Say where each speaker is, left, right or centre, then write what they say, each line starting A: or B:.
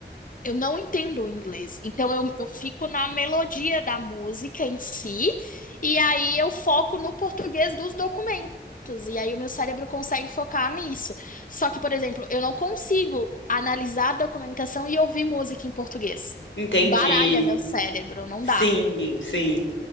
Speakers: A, on the left; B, on the left.
A: eu não entendo o inglês, então eu, eu fico na melodia da música em si, e aí eu foco no português dos documentos, e aí o meu cérebro consegue focar nisso. Só que, por exemplo, eu não consigo analisar a documentação e ouvir música em português.
B: Entendi.
A: Baralha meu cérebro, não
B: Sim,
A: dá.
B: sim.